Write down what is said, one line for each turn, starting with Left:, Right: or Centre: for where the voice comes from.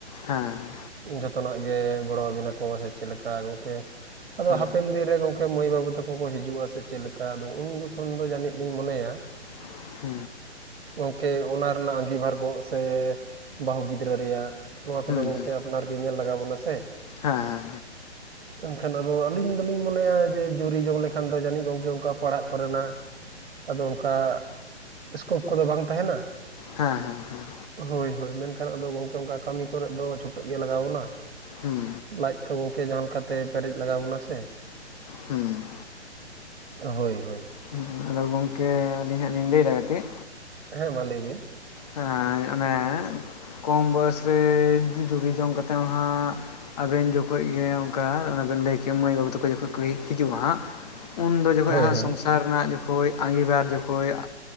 Left: ᱦᱮᱸ ᱦᱮᱸ
Right: ᱡᱚᱛᱚᱱᱟᱜ ᱜᱮ ᱜᱚᱲᱚᱣᱟᱵᱤᱱᱟᱠᱚ ᱥᱮ ᱪᱮᱫ ᱞᱮᱠᱟ ᱜᱚᱢᱠᱮ ᱟᱫᱚ ᱦᱟᱯᱮᱱ
Left: ᱦᱮᱸ
Right: ᱫᱤᱱ ᱨᱮ ᱜᱚᱢᱠᱮ ᱢᱟᱹᱭ ᱵᱟᱹᱵᱩ ᱛᱟᱠᱚ ᱠᱚ ᱦᱤᱡᱩᱜᱼᱟ ᱥᱮ ᱪᱮᱫ ᱞᱮᱠᱟ ᱟᱫᱚ ᱩᱱ ᱡᱚᱠᱷᱚᱱ ᱫᱚ ᱡᱟᱹᱱᱤᱡ ᱫᱩᱧ ᱢᱚᱱᱮᱭᱟ᱾
Left: <unintelligible>
Right: ᱜᱚᱢᱠᱮ ᱚᱱᱟ ᱨᱮᱱᱟᱜ ᱟᱸᱜᱤᱵᱷᱟᱨ ᱜᱚᱜ ᱥᱮ ᱵᱟᱹᱦᱩ ᱜᱤᱫᱽᱨᱟᱹ ᱨᱮᱭᱟᱜ ᱱᱚᱣᱟ ᱠᱚᱫᱚ
Left: ᱦᱩᱸ
Right: ᱜᱚᱝᱠᱮ
Left: ᱦᱩᱸ
Right: ᱟᱯᱱᱟᱨᱜᱮ ᱧᱮᱞ ᱞᱟᱜᱟᱣ ᱵᱚᱱᱟ ᱥᱮ
Left: ᱦᱮᱸ
Right: ᱮᱱᱠᱷᱟᱱ ᱟᱫᱚ ᱟᱹᱞᱤᱧ ᱫᱚᱞᱤᱧ ᱢᱚᱱᱮᱭᱟ ᱡᱮ ᱡᱩᱨᱤ ᱡᱚᱝ ᱞᱮᱠᱷᱟᱱ ᱫᱚ ᱡᱟᱹᱱᱤᱡ ᱜᱚᱢᱠᱮ ᱚᱱᱠᱟ ᱯᱟᱲᱦᱟᱜ ᱠᱚᱨᱮᱱᱟᱜ ᱟᱫᱚ ᱚᱱᱠᱟ ᱮᱠᱳᱯ ᱠᱚᱫᱚ ᱵᱟᱝ ᱛᱟᱦᱮᱱᱟ
Left: ᱦᱮᱸ ᱦᱮᱸ ᱦᱮᱸ
Right: ᱦᱳᱭ ᱦᱳᱭ ᱢᱮᱱᱠᱷᱟᱱ ᱟᱫᱚ ᱜᱚᱝᱠᱮ ᱚᱱᱠᱟ ᱠᱟᱹᱢᱤ ᱠᱚᱨᱮᱮᱫ ᱫᱚ ᱪᱷᱩᱴᱟᱹᱜ ᱜᱮ ᱞᱟᱜᱟᱣᱵᱚᱱᱟ᱾
Left: ᱦᱩᱸ
Right: ᱞᱟᱡ ᱛᱚ ᱜᱚᱝᱠᱮ ᱡᱟᱦᱟᱸ ᱞᱮᱠᱟᱛᱮ ᱯᱮᱨᱮᱡ ᱞᱟᱜᱟᱣ ᱵᱚᱱᱟ ᱥᱮ
Left: ᱦᱩᱸ
Right: ᱦᱳᱭ ᱦᱳᱭ
Left: ᱦᱩ ᱟᱫᱚ ᱜᱚᱝᱠᱮ ᱟᱹᱞᱤᱧ ᱦᱟᱸᱜ ᱞᱤᱧ ᱞᱟᱹᱭᱮᱫᱟ ᱠᱟᱹᱴᱤᱡ
Right: ᱦᱮᱸ ᱢᱟ ᱞᱟᱹᱭ ᱵᱤᱱ
Left: ᱮᱸ ᱚᱱᱮ ᱠᱚᱢ ᱵᱚᱭᱚᱥ ᱨᱮ <unintelligible> ᱡᱩᱨᱤ ᱡᱚᱝ ᱠᱟᱛᱮᱫ ᱦᱟᱸᱜ ᱟᱵᱮᱱ ᱡᱚᱠᱷᱚᱡ ᱜᱮ ᱚᱱᱠᱟ ᱚᱱᱟ ᱵᱮᱱ ᱞᱟᱹᱭ ᱠᱮ ᱢᱟᱹᱭ ᱵᱟᱹᱵᱩ ᱛᱟᱠᱚ ᱡᱚᱠᱷᱚᱱ ᱠᱚ ᱦᱤᱡᱩᱜᱼᱟ ᱦᱟᱸᱜ᱾ ᱩᱱᱫᱚ ᱡᱚᱠᱷᱚᱱ
Right: ᱦᱳᱭ ᱦᱳᱭ
Left: ᱥᱚᱝᱥᱟᱨ ᱨᱮᱱᱟᱜ ᱡᱚᱠᱷᱚᱡ ᱟᱸᱜᱤᱵᱟᱨ ᱡᱚᱠᱷᱚᱡ